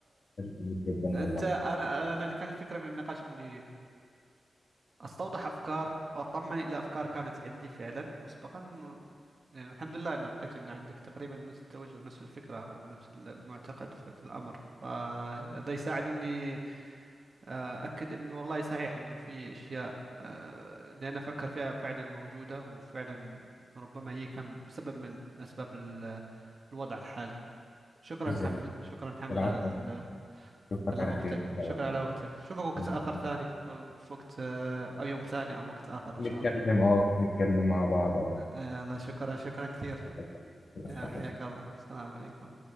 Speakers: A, on the left; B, on the right.
A: جميل جدا والله
B: أنت أنا أنا اللي كان الفكرة من النقاش إني استوضح افكار واطمن الى افكار كانت عندي فعلا مسبقا يعني الحمد لله انه لقيت ان عندك تقريبا نفس التوجه نفس الفكره او نفس ال- المعتقد في, في الامر فهذا يساعد اني آه، اكد انه والله صحيح انه في اشياء آه، اللي انا افكر فيها فعلا موجوده وفعلا ربما هي كان سبب من اسباب ال- الوضع الحالي شكرا
A: بالظبط
B: محمد شكرا محمد
A: العفو
B: على ال-
A: اشوفك
B: على
A: على
B: وقتك
A: خير ان شاء
B: شكرا
A: الله
B: على وقتك شوفك وقت
A: انت
B: آخر
A: كمان
B: ثاني أو في وقت آه، أو يوم ثاني أو وقت آخر إن
A: نتكلم
B: شاء الله
A: اه نتكلم مع بعض اه
B: آه، الله شكرا شكرا كثير
A: الله يخليك الله
B: آه، حياك
A: يخليك
B: الله السلام عليكم